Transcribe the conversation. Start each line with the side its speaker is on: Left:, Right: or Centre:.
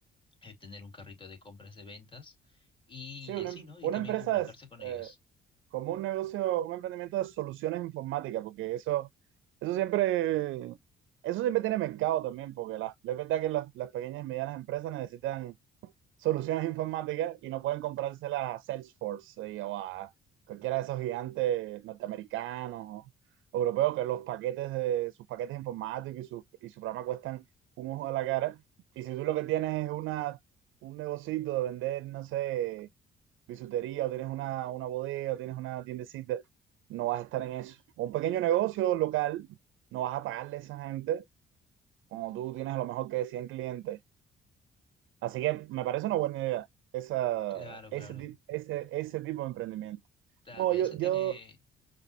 Left: eh, tener un carrito de compras de ventas y,
Right: Sí, una,
Left: y así,
Right: em-
Left: ¿no? Y
Right: una
Left: también
Right: empresa
Left: comunicarse
Right: es
Left: con
Right: eh,
Left: ellos.
Right: como un negocio, un emprendimiento de soluciones informáticas, porque eso, eso siempre, eso siempre tiene mercado también, porque las, es verdad que las, las pequeñas y medianas empresas necesitan soluciones informáticas y no pueden comprárselas a Salesforce y- o a cualquiera de esos gigantes norteamericanos o europeos que los paquetes de sus paquetes informáticos y su, y su programa cuestan un ojo de la cara. Y si tú lo que tienes es una, un negocito de vender, no sé, bisutería o tienes una, una bodega o tienes una tiendecita, no vas a estar en eso. O un pequeño negocio local, no vas a pagarle a esa gente. Como tú tienes a lo mejor que cien clientes Así que me parece una buena idea esa,
Left: Claro,
Right: ese,
Left: claro,
Right: ti- ese, ese tipo de emprendimiento.
Left: claro.
Right: No, yo,
Left: Ya se
Right: yo,
Left: tiene,